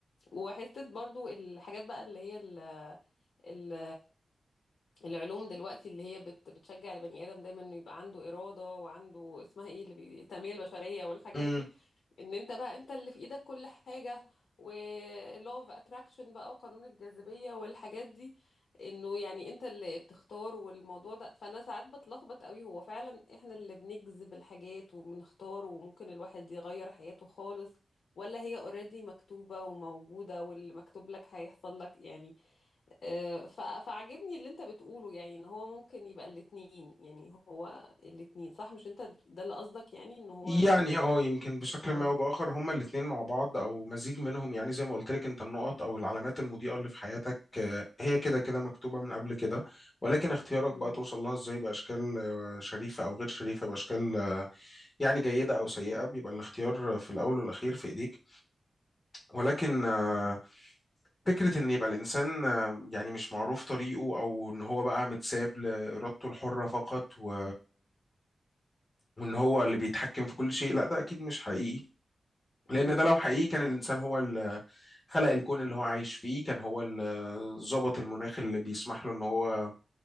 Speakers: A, on the left; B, on the left.
A: وحسيت برضو الحاجات بقى اللي هي ال ال العلوم دلوقتي اللي هي بت بتشجع البني آدم دايما انه يبقى عنده إرادة وعنده اسمها ايه اللي بي- التنمية البشرية والحاجات
B: م-
A: دي
B: م.
A: ان انت بقى انت اللي في ايدك كل حاجة ولو اوف اتراكشن بقى وقانون الجاذبية والحاجات دي انه يعني انت اللي بتختار والموضوع ده فانا ساعات بتلخبط قوي هو فعلا احنا اللي بنجذب الحاجات وبنختار وممكن الواحد يغير حياته خالص ولا هي اوريدي مكتوبة وموجودة واللي مكتوب لك هيحصل لك يعني آه، ف- فعجبني اللي انت بتقوله يعني ان هو ممكن يبقى الاتنين يعني هو الاتنين صح مش انت ده اللي قصدك يعني ان هو
B: يعني اه يمكن بشكل
A: اه
B: ما او باخر هما الاثنين مع بعض او مزيج منهم يعني زي ما قلت لك انت النقط او العلامات المضيئه اللي في حياتك آه، هي كده كده مكتوبه من قبل كده ولكن اختيارك
A: مم.
B: بقى توصل لها ازاي باشكال آه، شريفه او غير شريفه باشكال آه، يعني جيده او سيئه بيبقى الاختيار آه، في الاول والاخير في ايديك ولكن آه، فكرة إن يبقى الإنسان آه، يعني مش معروف طريقه أو إن هو بقى متساب لإرادته الحرة فقط و... وإن هو اللي بيتحكم في كل شيء لا ده أكيد مش حقيقي لأن
A: مم،
B: ده لو
A: مم،
B: حقيقي
A: مم.
B: كان الإنسان هو اللي خلق الكون اللي هو عايش فيه كان هو اللي ظبط المناخ اللي بيسمح له إن هو